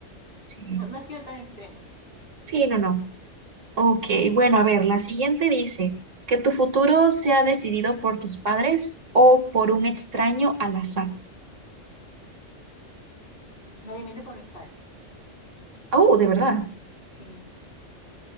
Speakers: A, on the right; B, on the left.
A: Sí,
B: no, no ha sido tan extremo.
A: sí, no, no. Ok, bueno, a ver, la siguiente dice, que tu futuro sea decidido por tus padres o por un extraño al azar.
B: Mm, Obviamente por mis padres.
A: Oh, de verdad.
B: Sí,